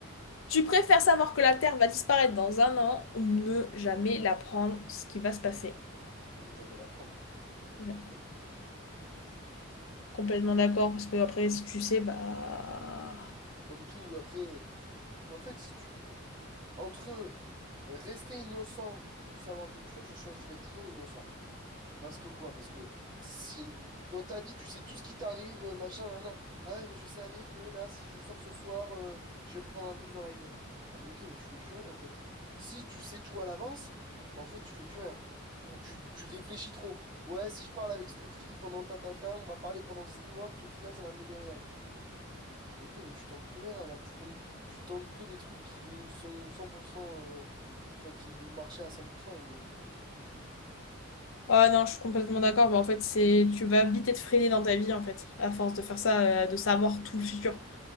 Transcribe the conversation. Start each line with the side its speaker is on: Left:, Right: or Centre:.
Left: Tu préfères savoir que la Terre va disparaître dans un an ou ne jamais l'apprendre ce qui va se passer?
Right: Ne jamais la prendre.
Left: Ouais.
Right: Comme,
Left: Complètement d'accord, parce que après, si tu sais, bah...
Right: c'est comme tout. Après, en fait, si tu. Entre rester innocent ou savoir le futur, je choisirais toujours innocent. Parce que quoi? Parce que si dans ta vie tu sais tout ce qui t'arrive, euh, machin, nan, nan. ah ouais, mais je savais que là, si je sors ce soir, euh, je vais me prendre un bus dans la gueule. Ah, mais ok, mais tu fais plus rien en fait. Si tu sais tout à l'avance, bah, en fait, tu fais plus rien. Ou tu, tu réfléchis trop. Ouais, si je parle avec cette fille pendant ta ta, ta, on va parler pendant six mois, puis au final, ça va mener rien. Mais ok, mais tu tentes plus rien, alors tu tombes, tu tentes que des trucs qui vont sont cent pour cent, euh, enfin, qui vont marcher à 100%. Donc, euh,
Left: Ouais, non, je suis complètement d'accord. Bah, en fait, c'est... Tu vas vite être freiné dans ta vie, en fait, à force de faire ça, euh, de savoir tout le futur.